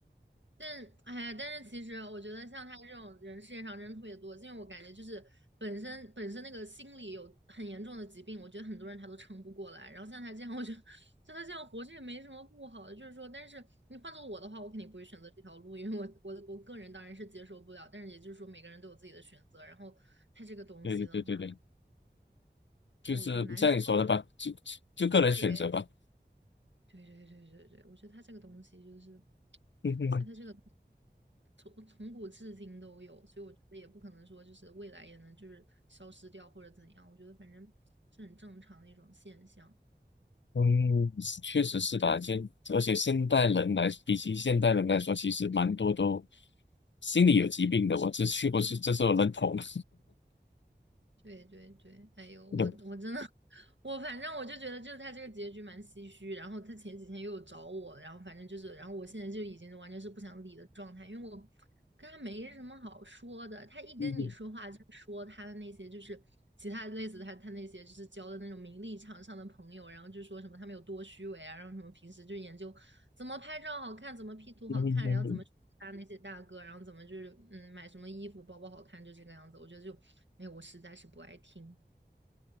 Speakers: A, on the right; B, on the left.
A: 但哎呀，但是其实我觉得像他这种人世界上真的特别多，因为我感觉就是本身本身那个心理有很严重的疾病，我觉得很多人他都撑不过来。然后像他这样，我觉得像他这样活着也没什么不好的，就是说，但是你换做我的话，我肯定不会选择这条路，因为我我的我个人当然是接受不了，但是也就是说每个人都有自己的选择，然后他这个东西的话，
B: 对对对对对，就是像你说的吧，
A: 我我难说，
B: 就就个人选择吧。
A: 对。对对对对对，我觉得他这个东西就是，
B: 嗯哼，
A: 它的这个从从古至今都有，所以我觉得也不可能说就是未来也能就是消失掉或者怎样，我觉得反正是很正常的一种现象。
B: 嗯，确实是吧。现而且现代人来，比起现代人来说，其实蛮多都心理有疾病的。我这是不是这是我认同的。
A: 对对对，哎呦，我我真的，
B: <laughs> 嗯
A: <laughs> 我反正我就觉得就是他这个结局蛮唏嘘。然后他前几天又有找我，然后反正就是，然后我现在就已经完全是不想理的状态，因为我跟他没什么好说的，他一跟你说话就是说他的那些就是其他类似他他那些就是交的那种名利场上的朋友，
B: 嗯
A: 然后就说什么他们有多虚伪啊，然后什么平时就研究怎么拍照好看，怎么 P 图好看，
B: 嗯嗯嗯
A: 然后怎么去搭那些大哥，然后怎么就是嗯买什么衣服包包好看，就这个样子。我觉得就哎我实在是不爱听，